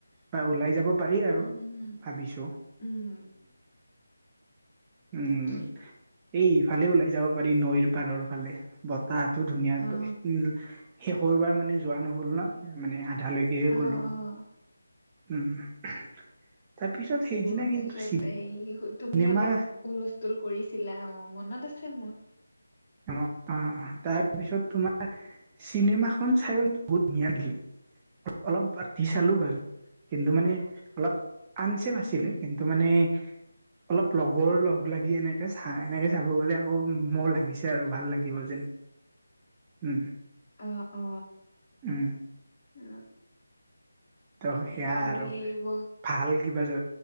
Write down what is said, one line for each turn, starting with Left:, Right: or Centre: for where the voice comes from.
Right: বা ওলাই যাব পাৰি আৰু,
Left: উম, হম, হম,
Right: ভাবিছোঁ।
Left: উম।
Right: উম,
Left: তাকেই
Right: এই ইফালে ওলাই যাব পাৰি, নৈৰ পাৰৰ ফালে। বত তাহতো ধুনীয়া
Left: অ',
Right: বলে, উম, শেষৰ বাৰ মানে যোৱা নহ'ল ন, মানে আধালৈকে
Left: অ',
Right: গ'লো।
Left: অ',
Right: উম, তাৰপিছত সেইদিনা
Left: অ', তাৰপিছত
Right: কিন্তু
Left: এই তুমি
Right: চিনেমা
Left: অলপ হুল-স্থোল কৰিছিলা, অ, মনত আছে মোৰ।
Right: অ, অ, তাৰপিছত তোমাৰ চিনেমাখন চাইও বহুত ধুনীয়া লাগিল। অলপ বাদ দি চালোঁ বাৰু, কিন্তু মানে অলপ আনচেভ
Left: উম।
Right: আছিলে। কিন্তু মানে অলপ লগৰ লগ লাগি এনেকে চা, এনেকে চাব গ'লে আকৌ মোৰ লাগিছে। সেয়া আৰু ভাল লাগিব যেন। উম
Left: অ, অ,
Right: উম
Left: অ।
Right: ত,
Left: নাই
Right: সেয়া
Left: চাব
Right: আৰু।
Left: লাগিব
Right: ভাল কিবা <unintelligible>